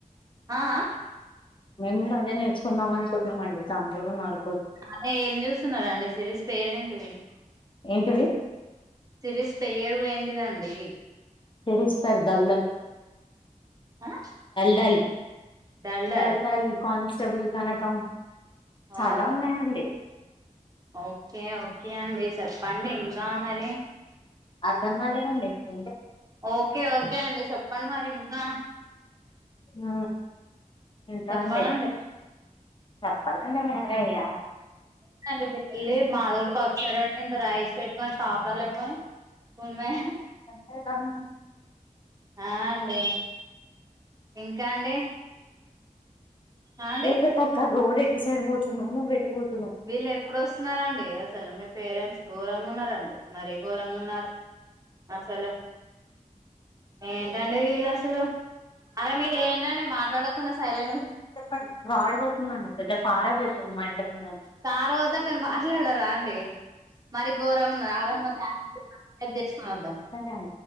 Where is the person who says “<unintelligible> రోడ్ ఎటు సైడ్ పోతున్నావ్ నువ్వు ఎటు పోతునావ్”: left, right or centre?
Left